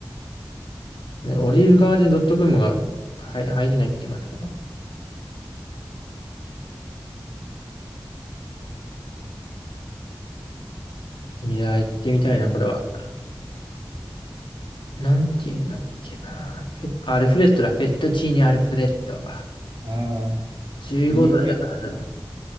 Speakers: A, on the left; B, on the right.
A: ー。ねオリーブガーデンドットコムが入、入れないってまさかの。いやー、行ってみたいな、これは。なんていうんだっけな。フェ、アルフレッドだ、フェットチーニアルフレッド。
B: ああ、
A: 15ドルだからな。
B: クリーム系の